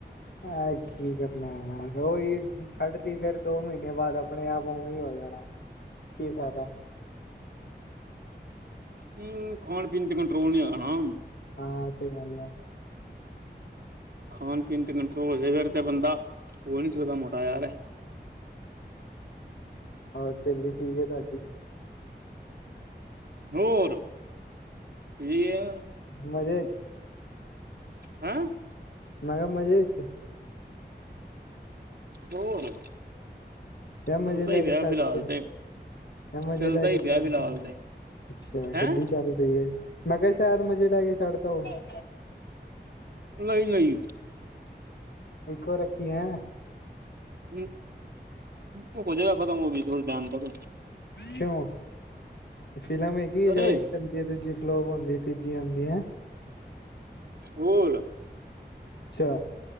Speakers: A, on the left; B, on the right.
A: ਅਹ ਕੀ ਕਰਨਾ ਯਾਰ ਉਹੀ ਛੱਡ ਤੀ ਫਿਰ ਦੋ ਮਹੀਨੇ ਬਾਅਦ ਆਪਣੇ ਆਪ ਉਵੇ ਹੋ ਜਾਣਾ। ਕੀ ਫਾਇਦਾ।
B: ਹਮ, ਖਾਣ- ਪੀਣ ਤੇ ਕੰਟਰੋਲ ਨੀ ਹੈਗਾ ਨਾ।
A: ਹਾ ਸਹੀ ਗੱਲ ਆ।
B: ਖਾਣ- ਪੀਣ ਤੇ ਕੰਟਰੋਲ। ਹੋ ਜੇ ਫਿਰ ਤੇ ਬੰਦਾ ਹੋ ਨੀ ਸਕਦਾ ਮੋਟਾ ਯਾਰ ਐ
A: ਹੋਰ ਸਹੇਲੀ ਠੀਕ ਐ ਤੁਹਾਡੀ।
B: ਹੋਰ ਠੀਕ ਆ।
A: ਮਜੇ ਚ।
B: ਹੈ।
A: ਮੈ ਕਿਹਾ ਮਜੇ 'ਚ'
B: ਹੋਰ
A: ਜਾ
B: ਚੱਲਦਾ
A: ਮਜੇ ਲੈ
B: ਹੀ ਪਿਆ
A: ਕੇ ਛੱਡ
B: ਫਿਲਹਾਲ
A: ਤੇ। ਮੈ ਮਜੇ
B: ਚੱਲਦਾ
A: ਲੈ ਕੇ
B: ਹੀ
A: ਛੱਡ
B: ਪਿਆ ਫਿਲਹਾਲ
A: ਤਾ
B: ਤੇ
A: ਅੱਛਾ
B: ਹੈਂ
A: ਗੱਡੀ ਚੱਲ ਪਹੀ ਏ। ਮੈ ਕਿਹਾ ਸਾਇਦ ਮਜੇ ਲੈ ਕੇ ਛੱਡ ਤਾ ਹੋਵੇ।
B: ਨਹੀ -ਨਹੀ
A: ਇੱਕੋ ਰੱਖੀ ਹੈਅ।
B: ਹਮ ਉਹ ਹੋਜੇਗਾ ਖਤਮ ਉਹ ਵੀ ਥੋੜੇ ਟਾਇਮ ਤੱਕ।
A: ਕਿਉ ਫਿਲਮ ਈ ਕੀ
B: ਅਰੇ
A: ਜੋ ਇਨਜੁਆਏ ਕਰਲੀ। ਜਦੋ ਦੂਜੀ ਫਲੋਪ ਹੁੰਦੀ ਤੀਜੀ ਆਦੀ ਹੈ।
B: ਹੋਰ।
A: ਅੱਛਾ।